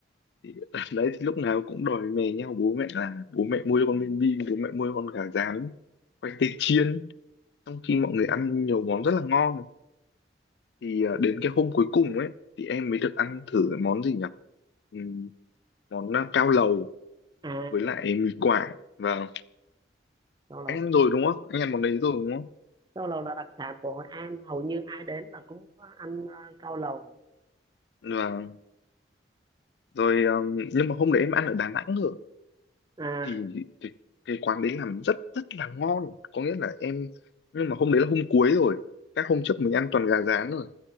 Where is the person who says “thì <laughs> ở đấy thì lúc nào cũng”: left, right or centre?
Left